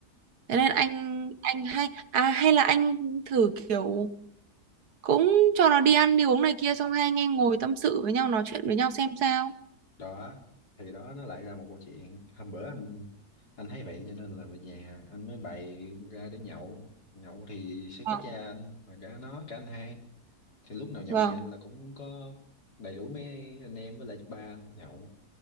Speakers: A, on the right (about 80°); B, on the left (about 85°).
A: thế
B: ừ.
A: nên anh anh hay à hay là anh thử kiểu cũng cho nó đi ăn đi uống này kia xong hai anh em ngồi tâm sự với nhau nói chuyện với nhau xem sao
B: đó thì đó nó lại ra một câu chuyện hôm bữa anh anh thấy vậy cho nên là về nhà anh mới bày ra để nhậu nhậu thì sẽ có
A: vâng
B: cha anh và cả nó cả anh hai thì lúc nào nhậu
A: vâng
B: nhà anh là cũng có đầy đủ mấy anh em với lại ba anh nhậu